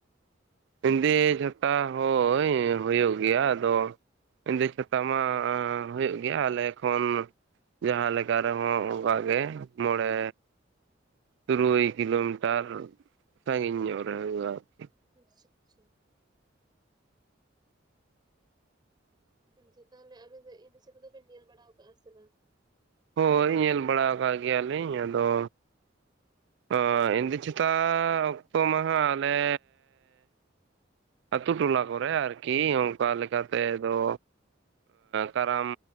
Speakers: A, on the right; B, on the right.
A: ᱤᱸᱫᱮ ᱪᱷᱟᱛᱟ ᱦᱳᱭ ᱦᱩᱭᱩᱜ ᱜᱮᱭᱟ ᱟᱫᱚ ᱤᱸᱫᱮ ᱪᱷᱟᱛᱟ ᱢᱟ ᱦᱩᱭᱩᱜ ᱜᱮᱭᱟ ᱟᱞᱮ ᱠᱷᱚᱱ ᱡᱟᱦᱟᱸ ᱞᱮᱠᱟ ᱨᱮᱦᱚᱸ ᱚᱱᱠᱟ ᱜᱮ ᱢᱚᱬᱮ ᱛᱩᱨᱩᱭ ᱠᱤᱞᱳᱢᱤᱴᱟᱨ ᱥᱟᱺᱜᱤᱧ ᱧᱚᱜ ᱨᱮ ᱦᱩᱭᱩᱜᱼᱟ ᱟᱨᱠᱤ
B: ᱟᱪᱪᱷᱟ ᱟᱪᱪᱷᱟ ᱟᱪᱪᱷᱟ ᱛᱟᱦᱚᱞᱮ ᱟᱵᱮᱱ ᱫᱚ ᱤᱱ <unintelligible> ᱨᱮᱫᱚ ᱵᱮᱱ ᱧᱮᱞ ᱵᱟᱲᱟᱣ ᱠᱟᱜᱼᱟ ᱥᱮ ᱵᱟᱝ
A: ᱦᱳᱭ ᱧᱮᱞ ᱵᱟᱲᱟ ᱟᱠᱟᱜ ᱜᱮᱭᱟ ᱞᱤᱧ ᱟᱫᱚ ᱚᱸ ᱤᱱᱫᱤ ᱪᱮᱛᱟᱜ ᱚᱠᱛᱚ ᱢᱟᱦᱟᱜ ᱞᱮ ᱟᱹᱛᱩ ᱴᱚᱞᱟ ᱠᱚᱨᱮ ᱟᱨᱠᱤ ᱚᱝᱠᱟ ᱞᱮᱠᱟᱛᱮ ᱫᱚ ᱠᱟᱨᱟᱢ